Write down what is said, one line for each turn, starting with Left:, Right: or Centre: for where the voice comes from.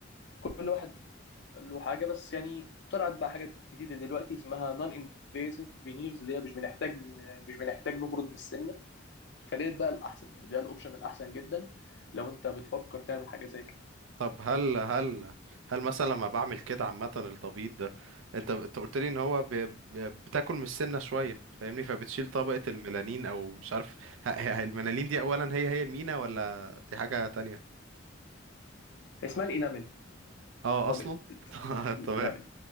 Left: كل واحد له حاجة بس يعني طلعت بقى حاجات جديدة دلوقتي اسمها نون انفيزيف فينيرز اللي هي مش بنحتاج آه، مش بنحتاج نبرد من السنة فديت بقى الأحسن يعني ده الأوبشن الأحسن جدا لو أنت بتفكر تعمل حاجة زي كده
Right: طب هل هل هل مثلا لما بعمل كده عامة التبييض ده انت انت قلت لي ان هو ب... ب... بتاكل من السنة شوية فاهمني فبتشيل طبقة الميلانين او مش عارف ه... ه... الميلانين دي اولا هي هي المينا ولا دي حاجة تانية
Left: اسمها الإنامل
Right: اه
Left: طب
Right: اصلا <laughs>
Left: الإنامل
Right: تمام